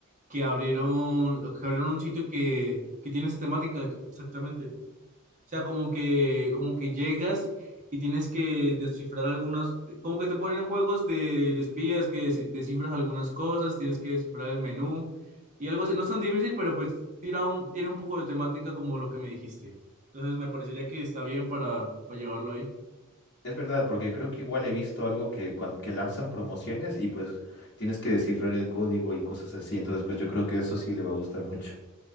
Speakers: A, on the right; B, on the left.
A: que abrieron, que abrieron un sitio que, que tiene esa temática, exactamente. O sea, como que, como que llegas y tienes que descifrar algunas, como que te ponen en juegos de, de espías que desi- descifras algunas cosas, tienes que descifrar el menú y algo así. No es tan difícil, pero pues tira un, tiene un poco de temática como lo que me dijiste. Entonces me parecería que está bien para, para llevarlo ahí.
B: Es verdad, porque creo que igual he visto algo que, cuan- que lanzan promociones y pues tienes que descifrar el código y cosas así, entonces pues yo creo que eso sí le va a gustar mucho.